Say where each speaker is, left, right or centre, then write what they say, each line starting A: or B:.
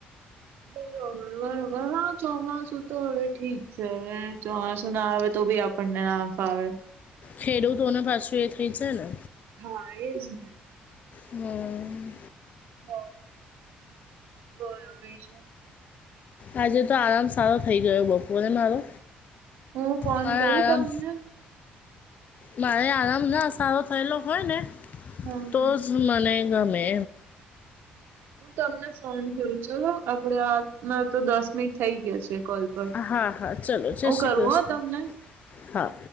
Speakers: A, on the right; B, on the left.
A: બરોબર, બરોબર, હા, ચોમાસું તો હવે ઠીક છે, હવે ચોમાસું ના આવે તો ભી આપ. પને ના ફ આવે.
B: ખેડૂતોને પાછું એ થઈ જ ને.
A: હા, એજ ને.
B: હમ.
A: હ, બોલો બીજું.
B: આજે તો આરામ સારો થઇ ગયો, બપોરે ને મારો.
A: હું ફોન
B: પણ
A: કરું
B: આરામ.
A: તમને?
B: મારે આરામ ના સારો થયેલો હોય ને,
A: હમ
B: તો મને ગમે.
A: હું તમને ફોન કરું, ચલો આપડે આતમાં તો દસ મિનિટ થઈ ગયા છે. કોલ પર
B: હા હા ચલો જય
A: હું
B: શ્રી
A: કરું
B: કૃષ્ણ
A: હો તમને?
B: હા